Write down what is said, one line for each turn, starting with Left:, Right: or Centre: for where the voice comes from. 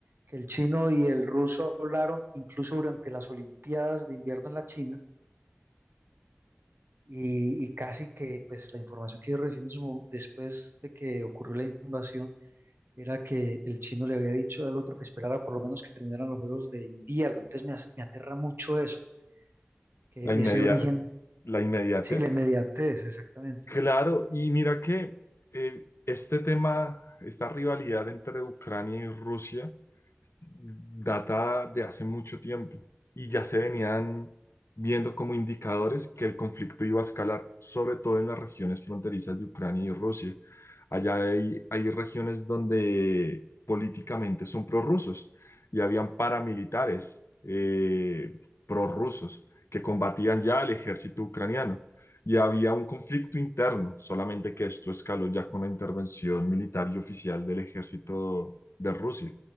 Right: que el chino y el ruso hablaron incluso durante las Olimpiadas de invierno en la China y, y casi que pues la información que yo recibí en su mo- después de que ocurrió la invasión era que el chino le había dicho al otro que esperara por lo menos que terminaran los Juegos de invierno. Entonces me, as- me aterra mucho eso, que
Left: La inmedia-
Right: ese origen,
Left: la inmediatez.
Right: sí, la inmediatez, exactamente.
Left: Claro, y mira que eh, este tema, esta rivalidad entre Ucrania y Rusia, data de hace mucho tiempo y ya se venían viendo como indicadores que el conflicto iba a escalar, sobre todo en las regiones fronterizas de Ucrania y Rusia. Allá hay, hay regiones donde políticamente son prorrusos y habían paramilitares eh, prorrusos que combatían ya al ejército ucraniano. Y había un conflicto interno, solamente que esto escaló ya con la intervención militar y oficial del ejército de Rusia